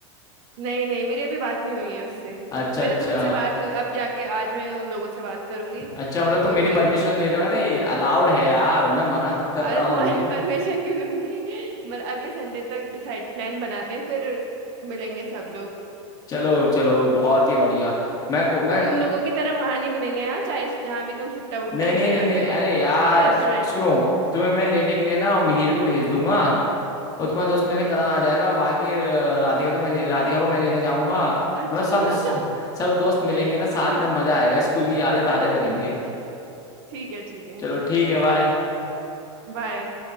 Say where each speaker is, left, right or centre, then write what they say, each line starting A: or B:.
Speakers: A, on the right (about 55°); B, on the left (about 25°).
A: नहीं नहीं मेरी अभी बात नहीं हुई है उससे
B: अच्छा
A: मेरे
B: अच्छा
A: तो मुझसे बात हुई अब जाके आज मैं उन लोगों से बात करूंगी
B: अच्छा मतलब तुम
A: तो
B: मेरी परमिशन
A: फिर
B: ले
A: <clears throat>
B: रहे हो अरे अलाउड है यार मैं मना कब कर
A: अरे
B: रहा हूँ
A: तुम्हारी <laughs> परमिशन क्यों लूंगी मतलब अगले संडे तक डिसाइड प्लान बनाते हैं फिर मिलेंगे सब लोग
B: चलो चलो बहुत ही बढ़िया मैं को मैं
A: तुम लोगों की तरह वहां नहीं मिलेंगे हाँ चाहे जहाँ भी तुम सुट्टा वुट्टा
B: नहीं नहीं
A: पीने
B: नहीं
A: जाते
B: नहीं
A: हो
B: अरे यार
A: रेस्टोरेंट
B: सुनो तुम्हें मैं लेने के लिए ना मिहिर को भेज दूंगा और तुम्हारे दोस्त को लेने करण आ जाएगा बाकी अ, राधिका तो मैं ले- राधिका को मैं लेने जाऊंगा
A: अच्छा
B: मतलब सब सब दोस्त
A: <laughs>
B: मिलेंगे ना साथ में मजा आएगा स्कूल की यादें ताजा करेंगे
A: ठीक है ठीक है
B: चलो ठीक है बाय
A: बाय